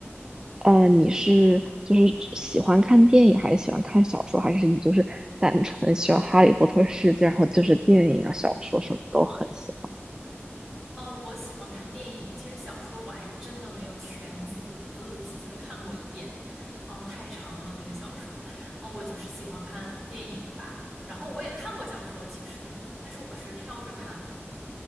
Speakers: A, on the right; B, in the centre.
A: 呃，你是就是喜欢看电影，还是喜欢看小说，还是你就是单纯喜欢《哈利波特》世界，然后就是电影啊、小说什么都很喜
B: 哦，我喜欢看电影，其实小说我还真的没有全仔仔仔细细的看过一遍，哦，太长了那个小说。哦，我就是喜欢看电影吧，然后我也看过小说，其实，但是我是挑着看的，